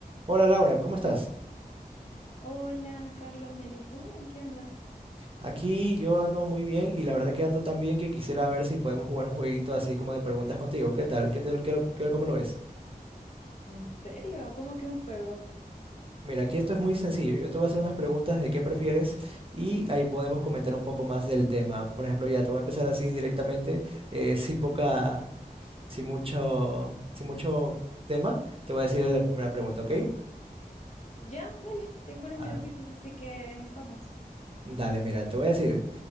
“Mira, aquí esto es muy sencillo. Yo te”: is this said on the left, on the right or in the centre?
Right